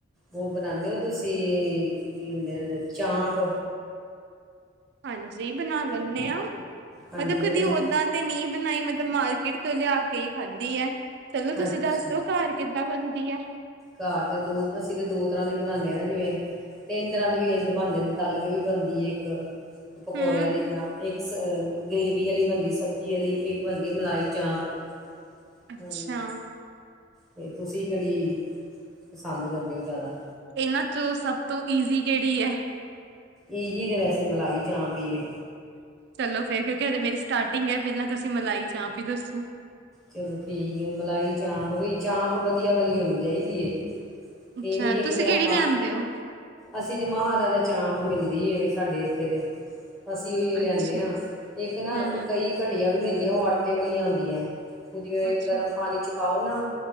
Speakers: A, in the centre; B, on the right.
A: ਉਹ ਬਣਾਦੇ ਓ ਤੁਸੀਂ ਕੀ ਹੁੰਦੇ ਨੇ ਚਾਂਪ?
B: ਹਾਂਜੀ ਬਣਾ ਲੈਂਨੇ ਆ,
A: ਹਾਂਜੀ
B: ਮਤਲਬ ਕਦੀ
A: ਤੇ ਤੁਸੀਂ
B: ਓਦਾਂ ਤੇ ਨਹੀਂ ਬਣਾਈ ਮਤਲਬ ਮਾਰਕੀਟ ਤੋਂ ਲਿਆ ਕੇ ਈ ਖਾਧੀ ਐ, ਚਲੋ ਤੁਸੀਂ
A: ਅੱਛਾ
B: ਦੱਸਦੋ ਘਰ ਕਿਦ ਬਣਦੀ ਐ।
A: ਘਰ ਤੇ ਦੋ, ਅਸੀਂ ਤੇ ਦੋ ਤਰ੍ਹਾਂ ਦੀ ਬਣਾਦੇ ਆ ਨਾ ਜਿਵੇਂ ਤਿੰਨ ਤਰ੍ਹਾਂ ਦੀ ਵੀ ਇੰਚ ਬਣ ਜਾਂਦੀ ਐ, ਤੱਲ ਕੇ ਵੀ ਬਣਦੀ ਏ ਇੱਕ ਪਕੌੜਿਆਂ
B: ਹਮ
A: ਦੀ ਤਰ੍ਹਾਂ, ਇੱਕ ਸ ਗ੍ਰੇਵੀ ਵਾਲੀ ਬਣਦੀ ਸਬਜ਼ੀ ਵਾਲੀ, ਇੱਕ ਬਣਦੀ ਮਲਾਈ ਚਾਂਪ।
B: ਅੱਛਾ।
A: ਹੂੰ ਤੇ ਤੁਸੀਂ ਕਿਹੜੀ ਪਸੰਦ ਕਰਦੇ ਓ ਜ਼ਿਆਦਾ?
B: ਇਹਨਾਂ ਚੋ ਸਭ ਤੋਂ ਈਜ਼ੀ ਕਿਹੜੀ ਐ।
A: ਈਜੀ ਤੇ ਵੈਸੇ ਮਲਾਈ ਚਾਂਪ ਈ ਏ।
B: ਚਲੋ ਫੇਰ, ਕਿਉਂਕਿ ਹਜੇ ਮੇਰੀ ਸਟਾਰਟਿੰਗ ਐ ਪਹਿਲਾਂ ਤੁਸੀਂ ਮਲਾਈ ਚਾਂਪ ਈ ਦੱਸੋ।
A: ਚਲੋ ਠੀਕ ਏ, ਮਲਾਈ ਚਾਂਪ ਵੀ ਚਾਂਪ ਵਧੀਆ ਵਾਲੀ ਹੋਣੀ ਚਾਹੀਦੀ ਏ।
B: ਅੱਛਾ
A: ਏ ਨੀ ਇੱਕ
B: ਤੁਸੀਂ
A: ਤੇ
B: ਕਿਹੜੀ
A: ਆ
B: ਲਿਆਂਦੇ ਹੋ
A: ਅਸੀਂ ਤੇ ਮਹਾਰਾਜਾ ਚਾਂਪ ਮਿਲਦੀ ਐ ਵੀ ਸਾਡੇ ਏਥੇ ਤੇ। ਅਸੀਂ ਉਈਓ ਲਿਆਨੇ
B: ਅੱਛਾ
A: ਆ, ਇੱਕ ਨਾ
B: ਹਮ
A: ਕਈ ਘਟੀਆ ਵੀ ਮਿਲਦੀਆਂ ਓ ਆਟੇ ਵਾਲੀਆਂ ਆਦੀਆਂ ਐ। ਉਹ ਜਿਵੇਂ
B: ਅੱਛਾ
A: ਗਰਮ ਪਾਣੀ 'ਚ ਪਾਓ ਨਾ